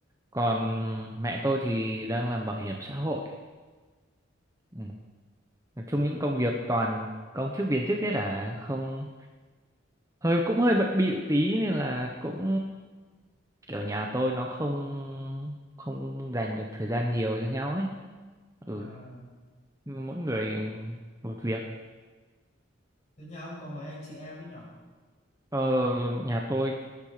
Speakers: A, on the right; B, on the left.
A: Còn mẹ tôi thì đang làm bảo hiểm xã hội. Ừ nói chung
B: à,
A: những công việc toàn công chức viên chức hết à không hơi cũng hơi bận bịu tí nên là cũng kiểu nhà tôi nó không không dành được thời gian nhiều cho nhau ấy ừ
B: à
A: mỗi người một việc
B: thế nhà ông có mấy anh chị em ấy nhỉ
A: ờ, nhà tôi